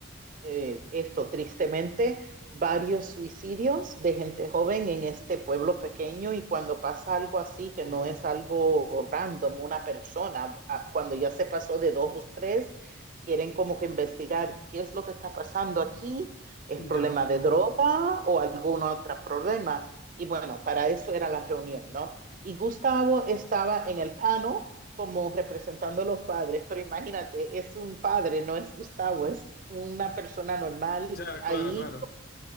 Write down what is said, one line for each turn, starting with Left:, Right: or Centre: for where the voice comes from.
Right: eh, esto tristemente, varios suicidios de gente joven en este pueblo pequeño y cuando pasa algo así, que
Left: joder.
Right: no es algo random, una persona, ah, cuando ya se pasó de dos o tres, quieren como que investigar qué es lo que está pasando aquí, es
Left: Ya.
Right: problema de droga o algún otro problema. Y bueno, para eso era la reunión, ¿no? Y Gustavo estaba en el panel como representando a los padres, pero imagínate, es un padre, no es Gustavo, es una persona normal
Left: Ya,
Right: ahí.
Left: claro, claro.